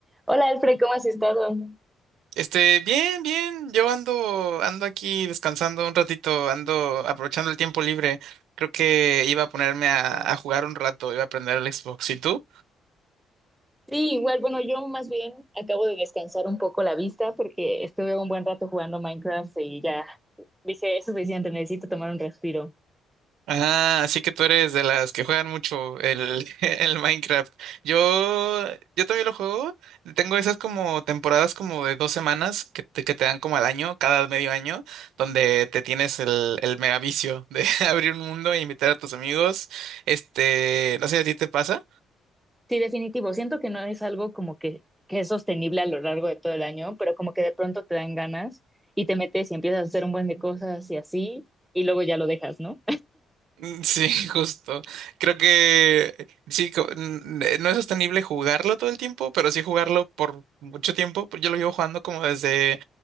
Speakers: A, in the centre; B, on the right.
A: Hola Alfred, ¿cómo has estado?
B: Este, bien, bien, yo ando, ando aquí descansando un ratito, ando aprovechando el tiempo libre. Creo que iba a ponerme a, a jugar un rato, iba a aprender el Xbox. ¿Y tú?
A: Sí, igual, bueno, yo más bien acabo de descansar un poco la vista porque estuve un buen rato jugando Minecraft y ya dije, es suficiente, necesito tomar un respiro.
B: Ah, así que tú eres de las que juegan mucho el, <laughs> el Minecraft. Yo, yo también lo juego. Tengo esas como temporadas como de dos semanas que te, que te dan como al año, cada medio año, donde te tienes el, el mega vicio de <laughs> abrir un mundo e invitar a tus amigos. Este, no sé, ¿a ti te pasa?
A: Sí, definitivo, siento que no es algo como que, que es sostenible a lo largo de todo el año, pero como que de pronto te dan ganas y te metes y empiezas a hacer un buen de cosas y así, y luego ya lo dejas, ¿no?
B: Mm, Sí, <laughs> justo. Creo que sí, co- n- no es sostenible jugarlo todo el tiempo, pero sí jugarlo por mucho tiempo. Pues Yo lo llevo jugando como desde